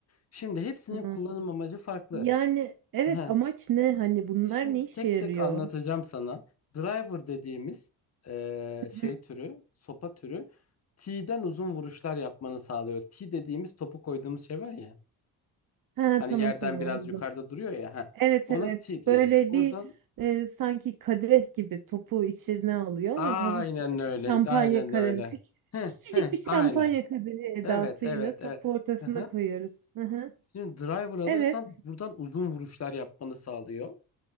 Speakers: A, on the left; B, on the right.
A: Şimdi hepsinin
B: Hı.
A: kullanım amacı farklı.
B: Yani evet
A: Ha,
B: amaç ne? Hani bunlar
A: Şimdi
B: ne işe
A: tek
B: yarıyor?
A: tek anlatacağım sana. Driver dediğimiz eee, şey
B: Hı.
A: türü, sopa türü T'den uzun vuruşlar yapmanı sağlıyor. T dediğimiz topu koyduğumuz şey var ya.
B: Ha
A: Hani
B: tamam
A: yerden
B: tamam
A: biraz
B: anladım.
A: yukarıda duruyor ya. Ha.
B: Evet
A: Ona
B: evet.
A: T diyoruz.
B: Böyle
A: Oradan
B: bir e, sanki kadeh gibi topu içine alıyor
A: aynen
B: ama hafif böyle
A: öyle.
B: şampanya
A: Aynen
B: kadeh.
A: öyle.
B: Küç-
A: Heh,
B: Küçücük
A: heh,
B: bir
A: aynen.
B: şampanya kadehi edasıyla
A: Evet evet
B: topu
A: evet.
B: ortasına
A: Hı hı.
B: koyuyoruz. Hı hı.
A: Şimdi driver alırsan
B: Evet.
A: buradan uzun vuruşlar yapmanı sağlıyor.